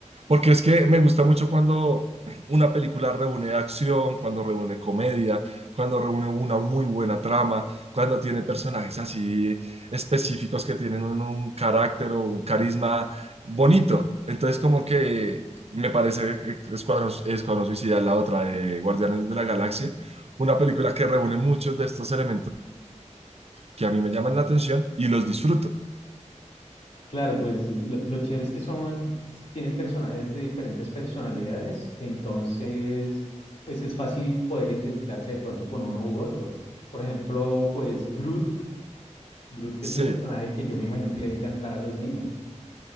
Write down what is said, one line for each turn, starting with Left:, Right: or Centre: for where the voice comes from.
Right: Porque es que me gusta mucho cuando una película reúne acción, cuando reúne comedia, cuando reúne una muy buena trama, cuando tiene personajes así específicos que tienen un, un carácter o un carisma bonito. Entonces, como que me parece Escuadrón, Escuadrón Suicida, la otra de Guardianes de la Galaxia, una película que reúne muchos de estos elementos que a mí me llaman la atención y los disfruto.
Left: Claro, pues lo, lo chévere es que son, t- tienen personajes de diferentes personalidades, entonces, pues es fácil poder identificarse de pronto con uno u otro. Por ejemplo, pues Groot, Groot que
Right: Sí,
Left: es un personaje que yo me imagino que le va a encantar a los niños,